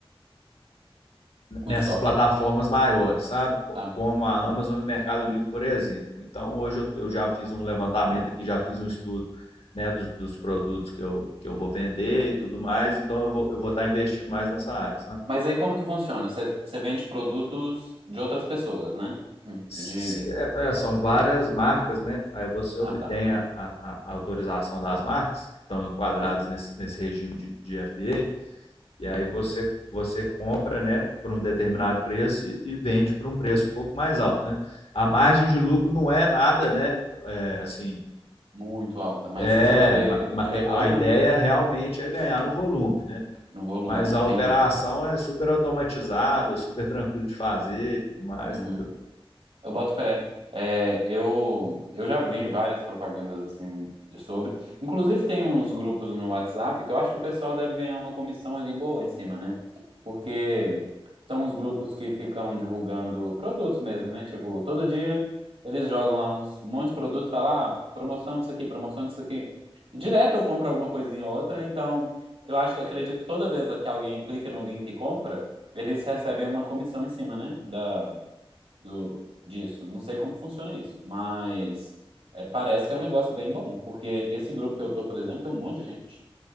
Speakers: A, on the left (about 80°); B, on the right (about 80°).
A: nessas
B: Com estoque.
A: plataformas maiores, sabe?
B: Ah,
A: Como
B: tá.
A: a Amazon
B: Hum.
A: e o Mercado Livre, por exemplo. Então, hoje eu, eu já fiz um levantamento aqui, já fiz um estudo né, dos, dos, produtos que eu, que eu vou vender e tudo mais, então eu vou, eu vou estar investindo mais nessa área, sabe?
B: Mas aí como que funciona? Você você vende produtos de outras pessoas, né? Hum.
A: se-
B: De, de-
A: é, é, são várias marcas, né? Aí você obtém
B: Ah, tá.
A: a, a- a autorização das marcas, que estão enquadradas
B: Uhum.
A: nesse, nesse regime de, de FDA, e aí você, você compra, né, por um determinado preço e, vende por um preço um pouco mais alto, né? A margem de lucro não é nada, né? É, assim,
B: Muito alta. Mas se
A: é,
B: você vender gr- muita
A: é,
B: coisa,
A: a ideia
B: né?
A: realmente é ganhar no volume, né?
B: No volume,
A: Mas
B: entendi.
A: a operação é super automatizada, super tranquilo de fazer e tudo mais,
B: Uhum.
A: entendeu?
B: Eu boto fé. É, eu, eu já vi várias propagandas assim de sobre. Inclusive tem uns grupos no WhatsApp que eu acho que o pessoal deve ganhar uma comissão ali boa em cima, né? Porque são os grupos que ficam divulgando produtos mesmo, né? Tipo, todo dia eles jogam lá uns, um monte de produto e falam, ah, promoção disso aqui, promoção disso aqui. E direto eu compro alguma coisinha ou outra, então eu acho que acredito que toda vez que alguém clica no link e compra, eles recebem uma comissão em cima, né? Da, do, disso. Não sei como funciona isso, mas é, parece que é um negócio bem bom, porque esse grupo que eu tô, por exemplo, tem um monte de gente.